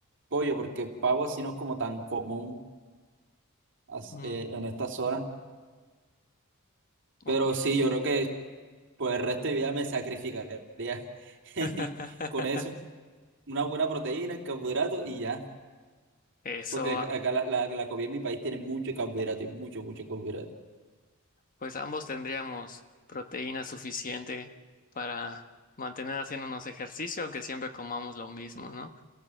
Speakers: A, on the right (about 55°); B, on the left (about 40°).
A: pollo, porque pavo así no es como tan común as-
B: Mm,
A: eh, en esta zona. Pero
B: ok.
A: sí, yo creo que por el resto de mi vida me sacrificaría <laughs>
B: <laughs>
A: con eso. una buena proteína, carbohidrato y ya.
B: Eso,
A: Porque ac- acá la, la, la comida en mi país tiene mucho carbohidrato y mucho, mucho carbohidrato.
B: pues ambos tendríamos proteína suficiente para mantener haciéndonos ejercicio, aunque siempre comamos lo mismo, ¿no?